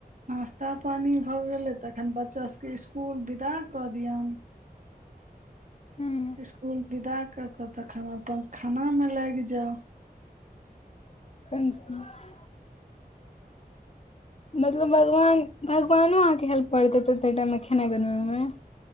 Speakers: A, on the right (about 50°); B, on the left (about 40°).
A: नाश्ता पानि भऽ गेलै तखन बच्चासभके इसकुल विदा कऽ दियौन
B: हँ
A: इसकुल विदा कऽ कऽ तखन अपन खानामे लैग जाउ
B: कन <unintelligible> मतलब भगवान भगवानो अहाँके हेल्प करैत हेतैथ ताहि टाइम मे खेनाइ बनबइ मे